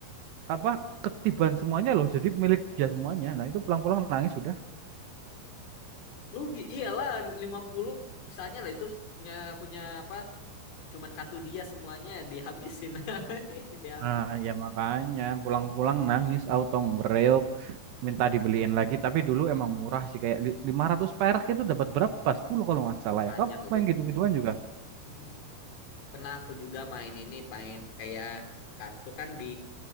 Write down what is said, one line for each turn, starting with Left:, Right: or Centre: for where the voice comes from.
Right: apa ketiban semuanya loh jadi milik dia semuanya nah itu pulang-pulang nangis sudah
Left: Rugi, iyalah 50 misalnya lah itu punya punya apa cuman kartu dia semuanya dihabisin <laughs> dihabis
Right: nah ya makanya pulang-pulang nangis auto ngereok minta dibeliin lagi tapi dulu emang murah sih kayak li- 500 perak itu dapat berapa 10 kalau nggak salah
Left: banyak
Right: ya kamu
Left: itu
Right: main gitu-gituan juga
Left: Mm, kena aku juga main ini main kayak kartu kan di